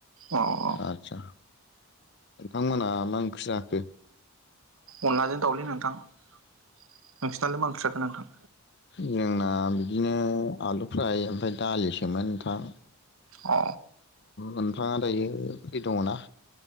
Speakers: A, on the right; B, on the left.
A: अ अ
B: आदसा। नोंथांमोना मा ओंख्रि जाखो?
A: अनलाजों दावउलि नोंथां। नोंसिनालाय मा ओंख्रि जाखो नोंथां?
B: जोंना बिदिनो आलु फ्राय ओमफ्राय दालिसोमोन नोंथां।
A: अ
B: मोनफाङा दायो बे दङना?